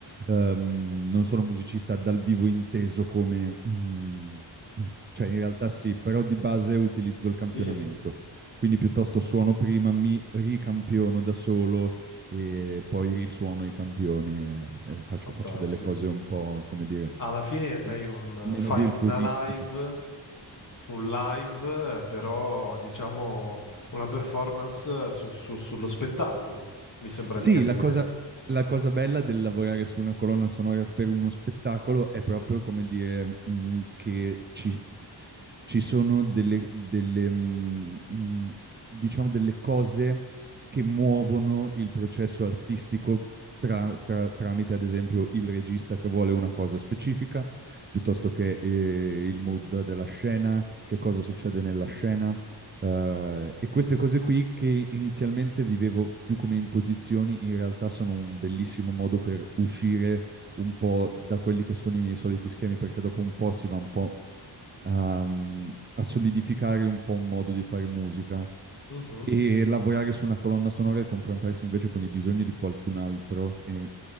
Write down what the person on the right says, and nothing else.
Ehm, non sono un musicista dal vivo inteso come... <clears throat> mm, cioè in realtà sì, però di base utilizzo il campionamento.
Quindi piuttosto suono prima, mi ricampiono da solo e poi risuono i campioni e, e faccio,
faccio delle cose un po', come dire,
me-
meno
virtuosistiche.
Sì,
la cosa, la cosa bella del lavorare su una colonna sonora per uno spettacolo è proprio come dire, mh, che ci, ci sono delle, delle, mh, mh, diciamo delle cose che muovono il processo artistico tra- tra- tramite, ad esempio, il regista che vuole una cosa specifica, piuttosto che eh, il mood della scena, che cosa succede nella scena eh, e queste cose qui che inizialmente vivevo più come imposizioni, in realtà sono un bellissimo modo per uscire un po' da quelli che sono i miei soliti schemi, perché dopo un po' si va un po' a, a solidificare un po' un modo di fare musica
e lavorare su una colonna sonora e confrontarsi invece con i bisogni di qualcun altro. E,